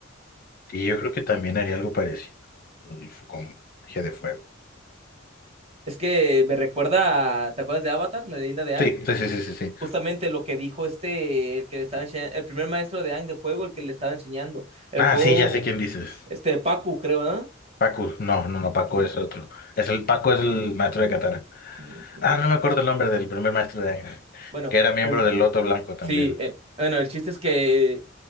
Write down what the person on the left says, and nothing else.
Y yo creo que también haría algo parecido, y fue con magia de fuego.
Sí, sí, sí, sí, sí, sí.
Ah,
sí, ya sé quién dices.
Pacu, no, no, no, Paco
es otro. Es el, Paco es el maestro de Katara.
Ah,
no me acuerdo el nombre del primer maestro de Ángel,
que era miembro
del Loto Blanco también.